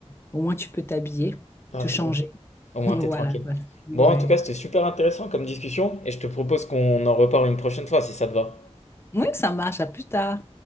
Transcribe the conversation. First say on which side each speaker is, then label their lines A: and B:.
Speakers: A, on the left (about 20°); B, on the left (about 85°).
A: au moins tu peux t'habiller,
B: Ah
A: te
B: Ouais,
A: changer.
B: au, au moins,
A: <laughs> Voilà.
B: t'es tranquille.
A: quoi. Ouais.
B: Bon, en tout cas, c'était super intéressant comme discussion et je te propose qu'on en reparle une prochaine fois si ça te va.
A: Oui, ça marche. À plus tard.